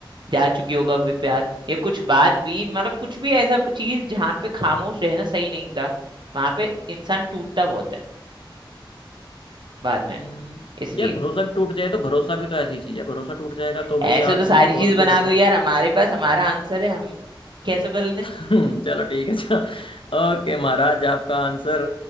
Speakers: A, on the right; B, on the left.
A: जा चुकी होगा वे प्यार या कुछ बात भी मतलब कुछ भी ऐसा चीज जहाँ पे खामोश रहना सही नहीं था वहां पे इंसान टूटता बहुत है बाद में
B: हम्म।
A: इसलिए
B: यार भरोसा भी टूट जाए तो भरोसा भी तो ऐसी चीज है भरोसा टूट जाएगा तो
A: ऐसे
B: भी आदमी
A: तो सारी
B: को बहुत
A: चीज
B: दुख
A: बना
B: होता
A: दो
B: है
A: यार हमारे पास हमारा आंसर है हम कैसे बदल दें
B: हम्म, चलो ठीक है चलो ओके महाराज आपका आंसर